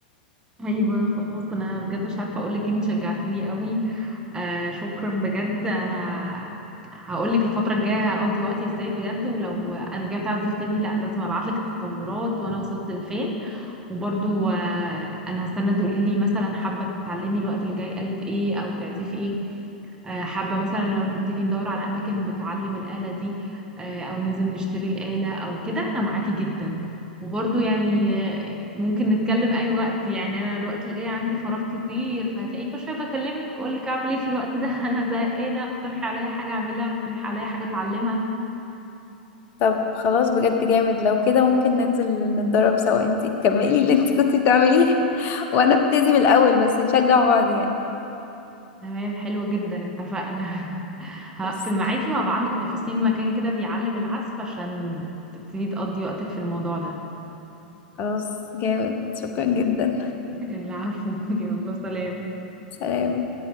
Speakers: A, on the right; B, on the left.
A: <laughs> ايوه خلاص انا بجد مش عارفة اقولك انت شجعتيني قوي آه شكرا بجد انا هقولك الفترة الجاية هقضي وقتي ازاي بجد ولو انا رجعت اعزف تاني لا لازم ابعتلك التطورات وانا وصلت لفين وبرضو آه انا هستنى تقوليلي مثلا حابة تتعلمي الوقت الجاي قالت ايه او تعزفي ايه آه، حابة مثلا لو نبتدي ندور على أماكن بتعلم الآلة دي آه، أو ننزل نشتري الآلة أو كده أنا معاكي جدا وبرضو يعني آه، ممكن نتكلم أي وقت يعني أنا الوقت اللي جاي عندي فراغ كتير فهتلاقيك كل شوية بكلمك أقولك أعمل إيه في الوقت ده <laughs> أنا زهقانة اقترحي عليا حاجة أعملها اقترحي عليا حاجة أتعلمها
B: طب خلاص بجد جامد لو كده ممكن ننزل نتدرب سوا انت تكملي اللي انت كنت بتعمليه <laughs> وانا ابتدي من الاول بس نشجع بعض يعني
A: تمام حلو جدا اتفقنا <laughs> هقفل
B: بس
A: معاكي وهبعتلك تفاصيل مكان كده بيعلم العزف عشان تبتدي تقضي وقتك في الموضوع ده
B: خلاص جامد شكرا جدا
A: <laughs> العفو يلا سلام
B: سلام